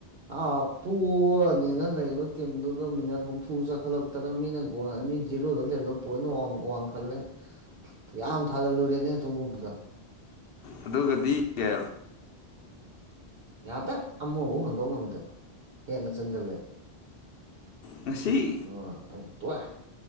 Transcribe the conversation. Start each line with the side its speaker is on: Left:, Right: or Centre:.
Right: ꯑ ꯄꯨꯔꯅꯤꯅ ꯂꯩꯕ ꯇꯤꯝꯗꯨꯗ ꯃꯤꯅꯠ ꯍꯨꯝꯐꯨ ꯆꯥꯈꯠꯂꯛꯇꯅ ꯃꯤꯅꯒꯣꯜꯂꯅꯤ ꯖꯤꯔꯣꯗ ꯂꯩꯔꯗꯣ ꯄꯣꯏꯅ ꯋꯥꯡꯈꯠꯂꯦ ꯌꯥꯝ ꯊꯥꯖꯜꯂꯨꯔꯦꯅꯦ ꯇꯒꯨꯝꯕꯗ
Left: ꯑꯗꯨ ꯑꯗꯨ ꯀꯗꯤ ꯀ
Right: ꯌꯥꯗ ꯑꯃꯕꯕꯨ ꯍꯟꯗꯣ ꯉꯝꯗꯦ ꯌꯦꯟꯅ ꯆꯗꯂꯦ
Left: ꯉꯁꯤ
Right: ꯑꯣ ꯑꯩ ꯇ ꯋꯥ